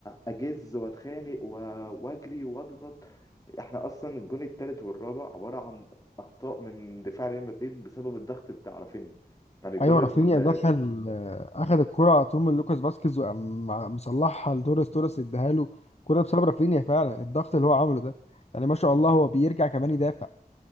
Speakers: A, on the left; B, on the left.
A: اجز واتخانق و- واجري واضغط احنا اصلا الجون التالت والرابع عباره عن اخطاء من دفاع ريال مدريد بسبب الضغط بتاع رافينيا يعني الجون
B: ايوه رافينيا
A: ال-
B: دخل آه، اخد الكره على طول من لوكاس فاسكيز وقام مع- مصلحها لتوريس توريس اداها له كرة بسبب رافينيا فعلا الضغط اللي هو عمله ده يعني ما شاء الله هو بيرجع كمان يدافع